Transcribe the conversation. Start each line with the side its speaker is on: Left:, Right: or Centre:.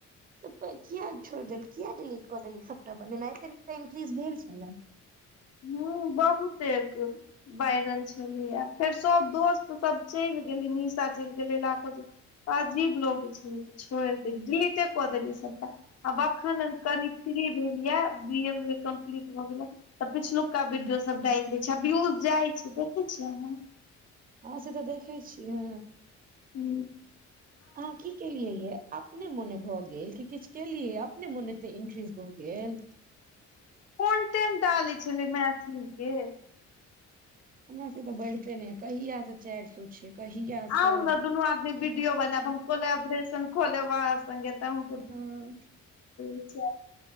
Right: तऽ किया छोड़ि देल किया डिलीट कऽ देल सबटा बनेनायी ऐते निक त इन्क्रीज भेल छलै।
Left: हूँ बहुतेक। बाजरल छलै आ फेर सभ दोस्त सभ चलि गेलै निशा चलि गेलै लखो अजीब लगैई छलैय त छोड़ि देलीये डीलीटे क देखिये सबटा। आब एखन कनि फ्री भेल यए बी ए उ ए कम्प्लीट भऽ गेलै तऽ पिछलुका वीडियो सब डालि दै छै आ व्यूज जाइ छै देखै छियै नै।
Right: हँ से तऽ देखै छियै ह।
Left: हुं।
Right: अहाँ की केलियै ये? अपने मोने भऽ गेल कि किछ केलियै अपने मोने एते एंट्रीज भऽ गेल।
Left: कंटेंट डालैय छलियै मैथिली के।
Right: हमरा सब के त बढ़ते नय या कहिया से चारि सो छै। कहिया से
Left: आउ ने दुनू आदमी वीडियो बनायब हम कोलबरेशन कोलेब आहाँ संगे।
Right: हँ
Left: <inaudible>